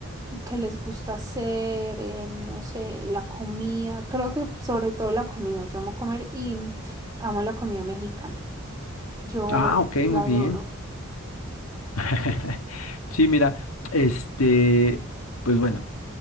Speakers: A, on the right (about 15°); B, on the left (about 85°).
A: qué les gusta hacer, eh, no sé, la comida. Creo que sobre todo la comida, yo amo comer y amo la comida mexicana. Yo
B: Ah, ok,
A: la
B: muy bien.
A: adoro.
B: <laughs> Sí, mira, este, pues bueno,